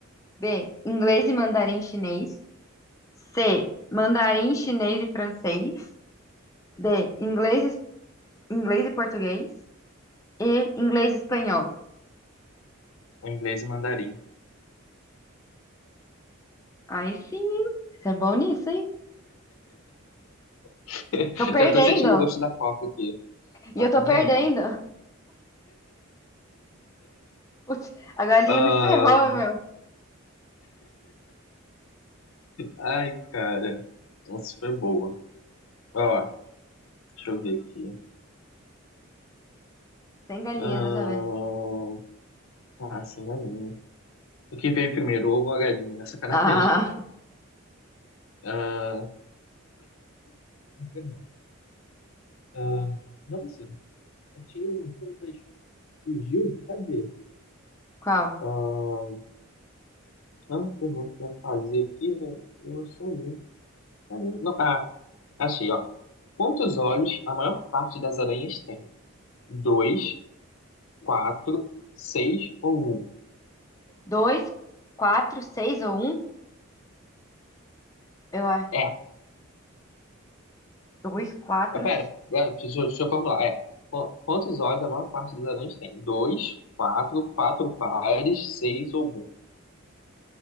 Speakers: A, on the left; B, on the left.
A: B. Inglês e mandarim chinês. C. Mandarim chinês e francês. D. Inglês inglês e português e inglês e espanhol.
B: o inglês e mandarim.
A: Aí sim, hein? Você é bom nisso, hein?
B: <laughs>
A: Tô perdendo.
B: Já tô sentindo o gosto da coca aqui.
A: E
B: Tá
A: eu
B: perdendo?
A: tô perdendo. Putz, a galinha
B: Ahn,
A: me ferrou, meu.
B: ai, cara. Essa foi boa. Ó, deixa eu ver aqui.
A: Sem galinha
B: Ahn,
A: dessa vez.
B: ah, sem galinha. O que veio primeiro, o ovo ou a galinha? né? Sacanagem.
A: Ah,
B: <laughs> Ah, Perdão. Ah, nossa, tinha uma aqui, mas fugiu. Cadê?
A: qual?
B: ah, ah, pergunta que eu ia fazer aqui, né? eu sou um. Caramba. Não, ah, achei, ó. Quantos olhos a maior parte das aranhas tem? Dois, quatro, seis ou um?
A: Dois, quatro, seis ou um? Eu acho.
B: É.
A: Dois, quatro,
B: Ah, Pera, é, deixa, eu- deixa eu formular. É. Qu- Quantos olhos a maior parte das aranhas tem? Dois, quatro, quatro pares, seis ou um?